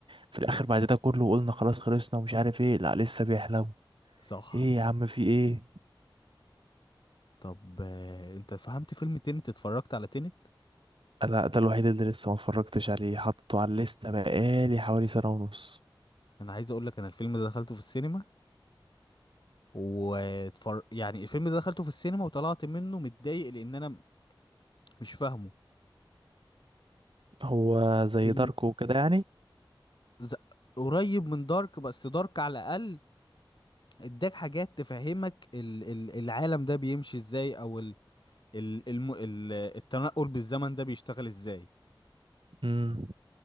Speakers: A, on the right; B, on the left.
A: في الاخر بعد ده كله قلنا خلاص خلصنا ومش عارف ايه لا لسه بيحلم
B: صح
A: ايه يا عم في ايه
B: طب آه، انت فهمت فيلم تينت اتفرجت على تينت
A: لا ده الوحيد اللي لسه ما اتفرجتش عليه حطه على الليسته بقالي حوالي سنه ونص
B: انا عايز اقول لك انا الفيلم ده دخلته في السينما واتفر... يعني الفيلم ده دخلته في السينما وطلعت منه متضايق لان انا مش فاهمه
A: هو زي
B: فيلم
A: داركو وكده يعني
B: ز... قريب من دارك بس دارك على الاقل اداك حاجات تفهمك ال- ال- العالم ده بيمشي ازاي او ال ال الم ال التنقل بالزمن ده بيشتغل ازاي
A: امم